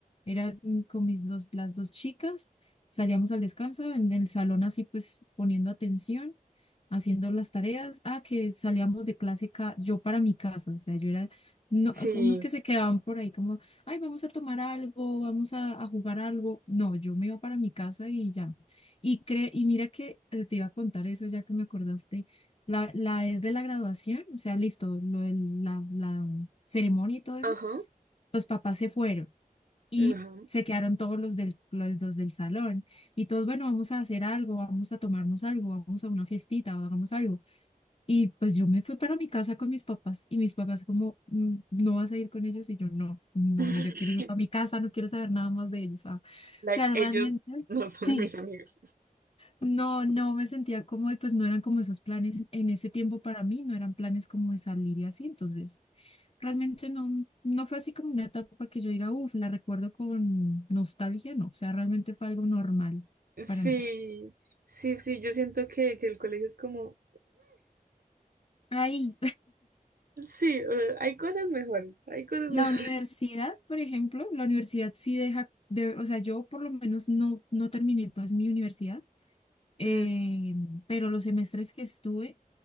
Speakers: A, on the left; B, on the right.
A: era con con mis dos, las dos chicas, salíamos al descanso en el salón así pues poniendo atención, haciendo las tareas, ah, que salíamos de clase ca- yo para mi casa, o sea, yo era, no,
B: Sí.
A: unos que se quedaban por ahí como, ay, vamos a tomar algo, vamos a, a jugar algo, no, yo me iba para mi casa y ya. Y, cre y mira que eh, te iba a contar eso ya que me acordaste. La, la es de la graduación, o sea, listo, lo de la, la ceremonia y todo eso.
B: Ajá,
A: Los papás se fueron y
B: ajá.
A: se quedaron todos los del, los dos del salón. Y todos, bueno, vamos a hacer algo, vamos a tomarnos algo, vamos a una fiestita, hagamos algo. Y pues yo me fui para mi casa con mis papás y mis papás como, "Mm, ¿no vas a ir con ellos? Y yo, no, no,
B: <laughs>
A: no, yo quiero irme para mi casa, no quiero saber nada más de ellos. ah". O
B: Like,
A: sea,
B: ellos
A: realmente...
B: no son
A: Sí,
B: mis amigos.
A: no, no me sentía como de, pues no eran como esos planes en ese tiempo para mí, no eran planes como de salir y así, entonces realmente no, no fue así como una etapa que yo diga, uff, la recuerdo con nostalgia, no, o sea, realmente fue algo normal
B: Sí,
A: para mí.
B: sí, sí, yo siento que, que el colegio es como,
A: Ahí,
B: sí, eh, hay cosas mejores, hay
A: <laughs>
B: cosas
A: la
B: mejores.
A: universidad,
B: <laughs>
A: por ejemplo, la universidad sí deja, de, o sea, yo por lo menos no, no terminé pues mi universidad, eh,
B: Mm,
A: pero los semestres que estuve